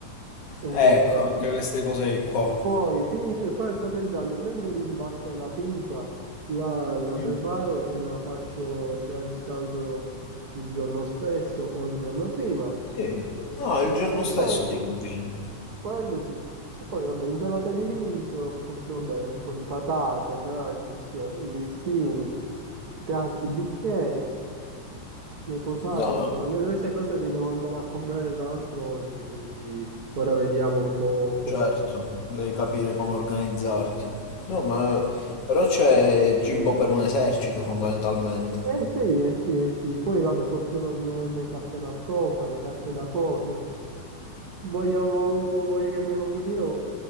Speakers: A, on the right; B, on the left.
A: eh,
B: Ecco, anche queste cose qua.
A: poi, pin- poi sto pensando, prendo l'imbasto e la pinza, la, la
B: Mm,
A: preparo e la faccio, la riscaldo il giorno stesso o il giorno prima
B: Sì, No, il giorno
A: e
B: stesso
A: poi,
B: ti conviene.
A: volendo sì, e poi vabbè, insalata di riso, porto vabbè, un po' di patate, nachos, i grissini, piatti, bicchieri, le posate
B: No,
A: che devo andare, queste cose le devo andare a comprare tra l'altro oggi, quindi ora vediamo un po' come...
B: certo, devi capire come organizzarti. No, ma però c'è cibo per un esercito fondamentalmente.
A: Eh sì, eh sì, eh sì. Poi vabbè, porterò sicuramente le carte da scopa, le carte da poker. Voglio, vo- voglio che il mio coinquilino